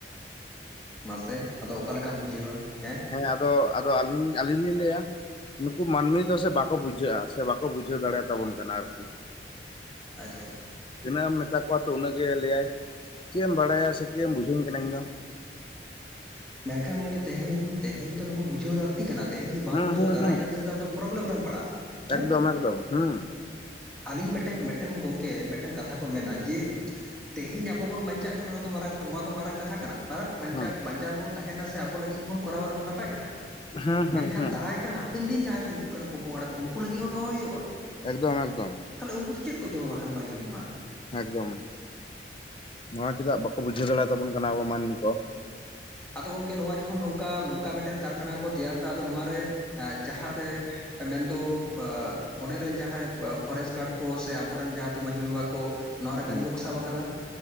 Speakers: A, in the centre; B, on the left.
A: ᱢᱟᱥᱮ ᱟᱫᱚ ᱚᱠᱟ ᱞᱮᱠᱟᱢ ᱵᱩᱡᱷᱟᱹᱣᱟ ᱦᱮᱸ,
B: ᱦᱮᱸ ᱟᱫᱚ ᱟᱫᱚ ᱟᱹᱞᱤᱧ, ᱟᱹᱞᱤᱧ ᱞᱤᱧ ᱞᱟᱹᱭᱟ᱾ ᱱᱩᱠᱩ ᱢᱟᱹᱱᱢᱤ ᱫᱚ ᱥᱮ ᱵᱟᱠᱚ ᱵᱩᱡᱷᱟᱹᱜᱼᱟ ᱥᱮ ᱵᱟᱠᱚ ᱵᱩᱡᱷᱟᱹᱣ ᱫᱟᱲᱮᱭᱟᱛᱟᱵᱚᱱ ᱠᱟᱱᱟ ᱟᱨᱠᱤ᱾
A: ᱟᱪᱪᱷᱟ
B: ᱛᱤᱱᱟᱹᱜ ᱮᱢ ᱢᱮᱛᱟ ᱠᱚᱣᱟ ᱛᱚ ᱩᱱᱟᱹᱜ ᱜᱮ ᱞᱟᱹᱭᱟᱭ ᱪᱮᱫ ᱮᱢ ᱵᱟᱲᱟᱭᱟ ᱥᱮ ᱪᱮᱫ ᱮᱢ ᱵᱩᱡᱷᱟᱹᱧ ᱠᱟᱱᱟ ᱤᱧᱫᱚ,
A: ᱢᱮᱱ ᱠᱷᱟᱱ ᱜᱚᱝᱠᱮ ᱛᱮᱦᱮᱧ ᱛᱮᱦᱮᱧ ᱛᱚ ᱱᱩᱠᱩ ᱵᱩᱡᱷᱟᱹᱣ <unintelligible> ᱞᱟᱹᱠᱛᱤ ᱠᱟᱱᱟ ᱛᱮᱦᱮᱧ ᱡᱚᱫᱤ ᱵᱟᱢ
B: ᱦᱩᱸ
A: ᱵᱩᱡᱷᱟᱹᱣᱟ
B: ᱦᱩᱸ
A: ᱫᱟᱨᱟᱭ
B: ᱦᱩᱸ
A: ᱠᱟᱱ ᱫᱤᱱ ᱨᱮ ᱫᱚ ᱟᱢ ᱫᱚ ᱯᱨᱚᱵᱞᱮᱢ ᱨᱮᱢ ᱯᱟᱲᱟᱜᱼᱟ
B: ᱮᱠᱫᱚᱢ
A: ᱦᱮᱸ,
B: ᱮᱠᱫᱚᱢ ᱦᱩᱸ
A: ᱟᱹᱞᱤᱧ ᱢᱤᱫᱴᱮᱝ, ᱢᱤᱫᱴᱮᱱ ᱜᱚᱝᱠᱮ ᱢᱤᱫᱴᱮᱱ ᱠᱟᱛᱷᱟ ᱠᱚ ᱢᱮᱱᱟ ᱡᱮ ᱛᱮᱸᱦᱮᱸᱧ ᱟᱵᱚ ᱵᱚᱱ ᱵᱟᱸᱧᱪᱟᱜ ᱠᱟᱱᱟ ᱱᱚᱣᱟ ᱫᱚ ᱢᱟᱨᱟᱝ ᱱᱚᱣᱟ ᱫᱚ ᱢᱟᱨᱟᱝ ᱠᱟᱛᱷᱟ ᱠᱟᱱᱟ᱾ ᱢᱟᱨᱟᱜ ᱵᱟᱸᱧᱪᱟᱣ
B: ᱦᱩᱸ
A: ᱵᱟᱧᱪᱟᱣ ᱵᱚᱱ ᱛᱟᱦᱮᱱᱟ ᱥᱮ ᱟᱵᱚ ᱞᱟᱹᱜᱤᱫ ᱵᱚᱱ ᱠᱚᱨᱟᱣᱟ ᱚᱱᱟ ᱫᱚ ᱱᱟᱯᱟᱭ ᱠᱟᱛᱷᱟ ᱠᱟᱱᱟ᱾
B: ᱦᱩᱸ
A: ᱢᱮᱱ
B: ᱦᱩᱸ
A: ᱠᱷᱟᱱ
B: ᱦᱩᱸ
A: ᱫᱟᱨᱟᱭ ᱠᱟᱱ ᱦᱟᱯᱮᱱ ᱫᱤᱱ ᱡᱟᱦᱟᱸᱭ ᱠᱚ ᱦᱤᱡᱩᱜ ᱠᱟᱱᱟ ᱯᱚ ᱯᱚᱝᱲᱟ ᱠᱚ ᱩᱱᱠᱩ ᱞᱟᱹᱜᱤᱫ ᱦᱚᱸ ᱫᱚᱦᱚ ᱦᱩᱭᱩᱜᱼᱟ᱾
B: ᱮᱠᱫᱚᱢ ᱮᱠᱫᱚᱢ
A: ᱛᱟᱦᱚᱞᱮ ᱩᱱᱠᱩ ᱫᱚ ᱪᱮᱫ ᱠᱚ ᱡᱚᱢᱟ ᱵᱟᱠᱷᱟᱱ ᱢᱟ ᱞᱟᱹᱭᱵᱤᱱ ᱢᱟ‍?
B: ᱮᱠᱫᱚᱢ ᱱᱚᱣᱟ ᱪᱮᱫᱟᱜ ᱵᱟᱠᱚ ᱵᱩᱡᱷᱟᱹᱣ ᱫᱟᱲᱮ ᱛᱟᱵᱚᱱ ᱠᱟᱱᱟ ᱟᱵᱚ ᱢᱟᱹᱱᱢᱤ ᱠᱚ᱾
A: ᱟᱫᱚ ᱜᱚᱝᱠᱮ ᱱᱚᱣᱟ ᱡᱚᱠᱷᱚᱱ ᱱᱚᱝᱠᱟ ᱱᱚᱝᱠᱟᱱ ᱢᱤᱫᱴᱮᱱ ᱠᱟᱨᱠᱷᱟᱱᱟ ᱠᱚ ᱛᱮᱭᱟᱨ ᱮᱫᱟ ᱟᱫᱚ ᱱᱚᱣᱟ ᱨᱮ ᱮᱸ ᱡᱟᱦᱟᱸ ᱨᱮ ᱢᱮᱱᱫᱚ ᱚᱸᱰᱮ ᱨᱮᱱ ᱡᱟᱦᱟᱸᱭ ᱯᱷᱚᱨᱮᱥᱴ ᱜᱟᱨᱰ ᱠᱚ ᱥᱮ ᱟᱵᱚ ᱨᱮᱱ ᱡᱟᱦᱟᱸ ᱟᱛᱩ ᱢᱟᱺᱡᱷᱤ ᱵᱟᱵᱟ ᱠᱚ ᱱᱚᱣᱟ ᱨᱮ
B: ᱦᱮᱸ
A: ᱠᱟᱹᱢᱤ ᱵᱟ ᱠᱚ ᱥᱟᱵ ᱟᱠᱟᱫᱟ?